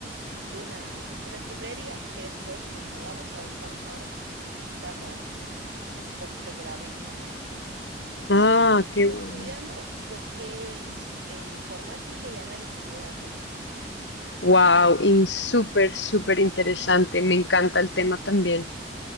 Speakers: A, on the right (about 85°); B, on the left (about 75°).
A: una, una fiambrería que después nos mudamos a donde estamos ahora y estamos hace poquito que la abrimos acá. Y
B: Ah,
A: ahora estoy
B: qué bueno.
A: estudiando lo que es eh, informática y análisis de datos.
B: Wow, súper, súper interesante. Me encanta el tema también.